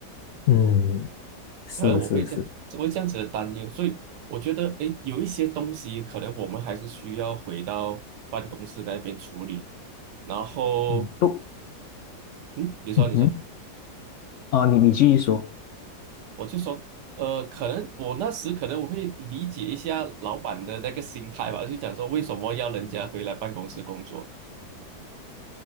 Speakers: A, on the left (about 75°); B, on the right (about 80°).
A: 嗯
B: <laughs>
A: 是是是，
B: 可能我会这样，我会这样子的担忧，所以我觉得，诶，有一些东西可能我们还是需要回到办公室那边处理。然后，
A: 嗯不，
B: 嗯，你说你说。
A: 嗯哼，哦，你你继续说，
B: 我就说，呃，可能我那时可能我会理解一下老板的那个心态吧，就讲说为什么要人家回来办公室工作。